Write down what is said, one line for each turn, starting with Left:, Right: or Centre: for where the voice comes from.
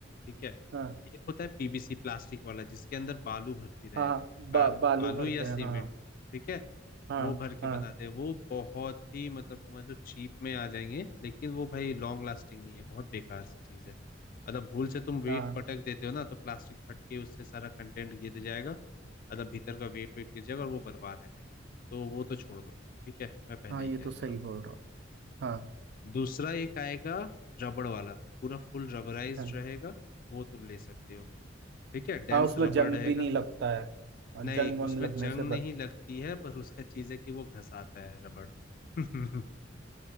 Left: ठीक है
Right: हाँ
Left: एक होता है पीबीसी प्लास्टिक वाला जिसके अंदर बालू भर्ती रहेगा
Right: हाँ
Left: बाल,
Right: बा, बालू
Left: बालू
Right: भरते
Left: या सीमेंट
Right: हैं हाँ
Left: ठीक है
Right: हाँ
Left: वो भर के
Right: हाँ
Left: बनाते हैं वो बहुत ही मतलब समझ लो चीप में आ जाएंगे लेकिन वो भाई लॉन्ग लास्टिंग नहीं है बहुत बेकार सी चीज है मतलब भूल से तुम वेट
Right: हाँ
Left: पटक देते हो ना तो प्लास्टिक फट के उससे सारा कंटेंट गिर जाएगा मतलब भीतर का वेट वेट गिर जाएगा और वो बर्बाद है भाई तो वो तो छोड़ दो ठीक है मैं पहले
Right: हाँ
Left: ही
Right: ये
Left: कह
Right: तो
Left: दे
Right: सही
Left: रहा हूँ
Right: बोल रहा हूँ हाँ
Left: दूसरा एक आएगा रबड़ वाला पूरा फुल रबराइज्ड
Right: हाँ
Left: रहेगा वो तुम ले सकते हो ठीक है डेंस
Right: हाँ उसमें
Left: रबड़
Right: जंग
Left: रहेगा
Right: भी नहीं लगता है और
Left: नहीं
Right: जंग वंग
Left: उसमें
Right: लगने
Left: जंग
Right: से
Left: नहीं
Right: बच
Left: लगती है पर उसका चीज है कि वो घसाता है रबड़ <laughs>